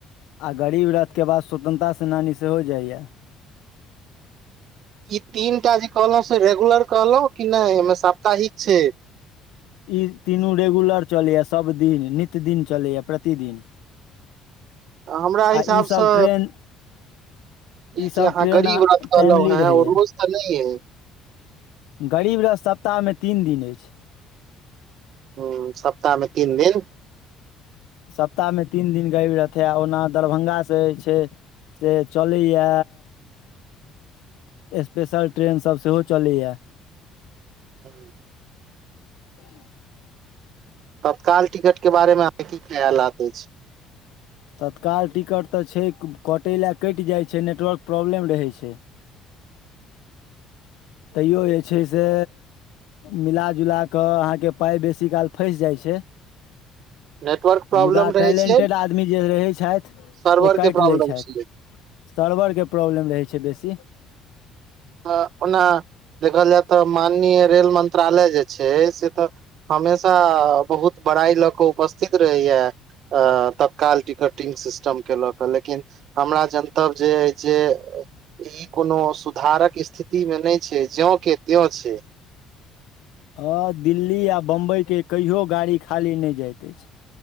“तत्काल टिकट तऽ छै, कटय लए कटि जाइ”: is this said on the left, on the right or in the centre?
Left